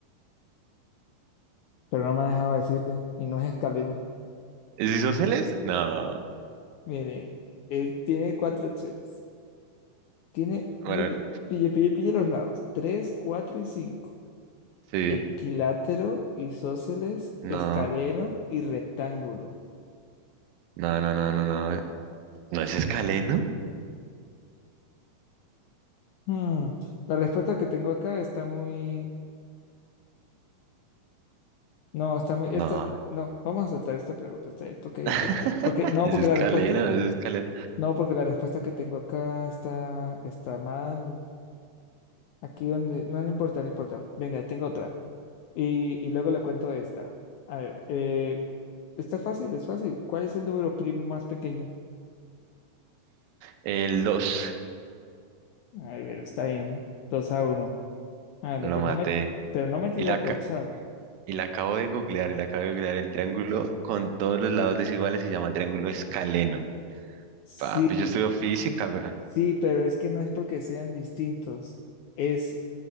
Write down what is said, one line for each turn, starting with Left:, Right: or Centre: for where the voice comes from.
Left: Pero no me dejaba decirle, y no es escalero.
Right: ¿Es isósceles? No.
Left: Mire, es- tiene cuatro opciones. Tiene,
Right: Bueno,
Left: mire, pille, pille, pille los lados, tres cuatro y cinco
Right: sí.
Left: Equilátero, isósceles,
Right: No.
Left: escaleno y rectángulo.
Right: No, no, no, no, no. ¿No es escaleno?
Left: Hmm, La respuesta que tengo acá está muy... No, está muy...
Right: No.
Left: Esta... No, vamos a saltar esta pregunta. Está bien, porque,
Right: <laughs>
Left: porque, no,
Right: Es
Left: porque
Right: escaleno,
Left: la respuesta...
Right: es escaleno.
Left: No, porque la respuesta que tengo acá está, está mal. Aquí donde... No, no importa, no importa. Venga, tengo otra. Y, y luego le cuento esta. A ver, eh, está fácil, es fácil. ¿Cuál es el número primo más pequeño?
Right: El dos
Left: A ver, está bien. dos a uno Ándale,
Right: Lo
Left: pero
Right: maté.
Left: no me, pero no me tiré
Right: Y la,
Left: a corchar.
Right: ca- Y la acabo de googlear, y la acabo de googlear. El triángulo con todos los lados desiguales se llama triángulo escaleno.
Left: Sí,
Right: Papi, yo estudio física. weón.
Left: sí, pero es que no es porque sean distintos. Es